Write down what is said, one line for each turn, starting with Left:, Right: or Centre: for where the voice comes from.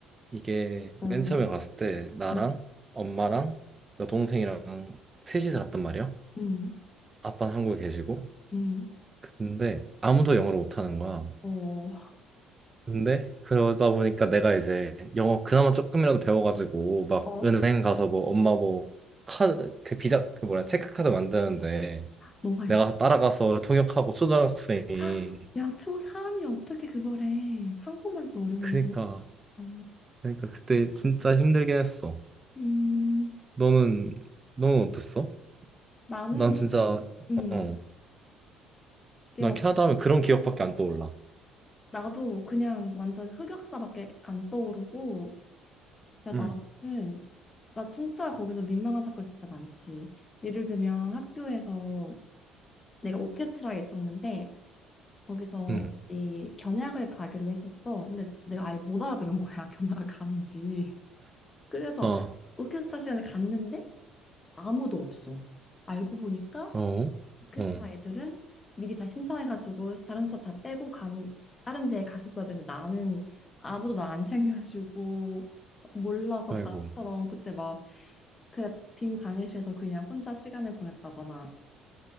Right: 이게,
Left: 어,
Right: 맨 처음에 갔을 때, 나랑,
Left: 음,
Right: 엄마랑, 여동생이랑 셋이서 갔단 말이야.
Left: 음,
Right: 아빠는 한국에 계시고.
Left: 음,
Right: 근데, 아무도 영어를 못하는 거야.
Left: 어,
Right: 근데 그러다 보니까 내가 이제 영어 그나마 조금이라도 배워가지고 막
Left: 어,
Right: 은행
Left: <laughs>
Right: 가서 뭐 엄마 뭐 카드 그 비자 그 뭐야 체크카드 만드는데
Left: 너가 있어?
Right: 내가 따라가서 통역하고 초등학생이
Left: <gasps> <laughs> 야, 초3이 어떻게 그걸 해? 한국말도 어려운데.
Right: 그니까
Left: 어,
Right: 그니까 그때 진짜 힘들긴 했어.
Left: 음.
Right: 너는 너는 어땠어?
Left: 나는
Right: 난 진짜
Left: 음,
Right: 어 난
Left: 야, 나-
Right: 캐나다 하면 그런 기억밖에 안 떠올라.
Left: 나도 그냥 완전 흑역사밖에 안 떠오르고, 야, 나는,
Right: 음.
Left: 나 진짜 거기서 민망한 사건 진짜 많지. 예를 들면 학교에서 내가 오케스트라에 있었는데, 거기서
Right: 응,
Left: 이 견학을 가기로 했었어. 근데 내가 아예 못 알아들은 거야, <laughs> 견학을 가는지. 그래서
Right: 아,
Left: 오케스트라 시간에 갔는데 아무도 없어. 알고 보니까
Right: 어,
Left: 오케스트라
Right: 어,
Left: 애들은 미리 다 신청해가지고 다른 수업 다 빼고 간 다른 데에 갔었어야 되는데 나는 아무도 나 안 챙겨주고 <laughs> 몰라서
Right: 아이고,
Left: 바보처럼 그때 막 그 빈 강의실에서 그냥 혼자 시간을 보냈다거나